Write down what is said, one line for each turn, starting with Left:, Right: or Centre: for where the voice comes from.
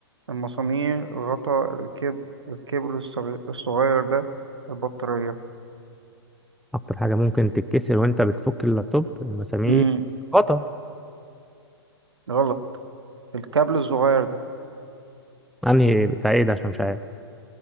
Right: المسامير غطا الكب... الكبل الصغي- الصغير ده البطارية
Centre: اكتر حاجه ممكن تتكسر وانت بتفك اللابتوب مسامير
Right: امم
Centre: غطا
Right: غلط الكابل الصغير ده
Centre: انهي بتاع ايه ده عشان مش عارف